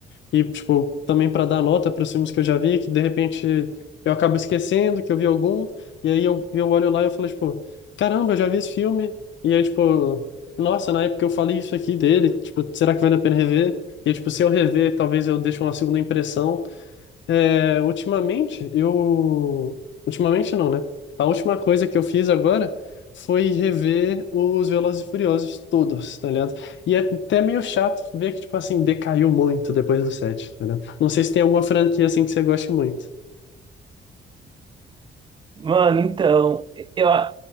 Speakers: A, on the left; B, on the right.
A: e, tipo, também para dar nota para os filmes que eu já vi, que de repente eu acabo esquecendo que eu vi algum, e aí eu, eu olho lá e eu falo, tipo, caramba, eu já vi esse filme, e aí, tipo, nossa, na época eu falei isso aqui dele, tipo, será que vale a pena rever? E, tipo, se eu rever, talvez eu deixe uma segunda impressão, é, ultimamente, eu. Ultimamente não, né? A última coisa que eu fiz agora foi rever os Velozes e Furiosos todos, tá ligado? E é até meio chato ver que, tipo assim, decaiu muito depois do 7, tá ligado? Não sei se tem alguma franquia assim que você goste muito.
B: Mano, então, eu, a-